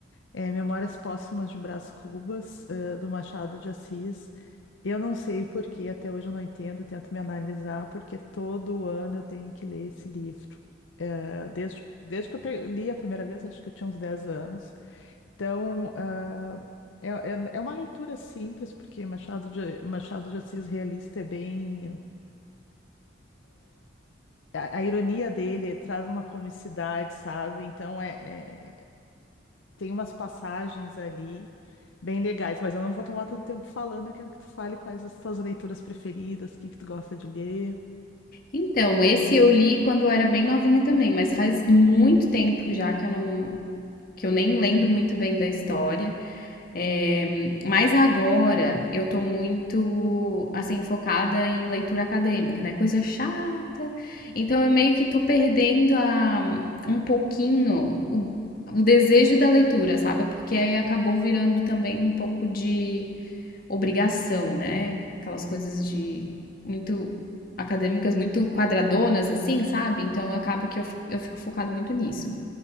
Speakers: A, on the left; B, on the left.
A: É Memórias Póstumas de Brás Cubas, eh, do Machado de Assis. Eu não sei por que, até hoje eu não entendo, tento me analisar, porque todo ano eu tenho que ler esse livro. Eh, desde, desde que eu pe- li a primeira vez, acho que eu tinha uns 10 anos. Então, ah, é, é, é uma leitura simples, porque Machado de, Machado de Assis realista é bem. A, a ironia dele traz uma comicidade, sabe? Então, é, é- tem umas passagens ali bem legais, mas eu não vou tomar todo o tempo falando, eu quero que tu fale quais as tuas leituras preferidas, o que que tu gosta de ler.
B: Então, esse eu li quando eu era bem novinha também, mas faz muito tempo já que eu não que eu nem lembro muito bem da história. Eh, mas agora eu tô muito, assim, focada em leitura acadêmica, né? Coisa chata. Então eu meio que tô perdendo a, um pouquinho o, o desejo da leitura, sabe? Porque aí acabou virando também um pouco de obrigação, né? Aquelas coisas de muito acadêmicas, muito quadradonas, assim, sabe? Então acaba que eu, eu fico focado muito nisso.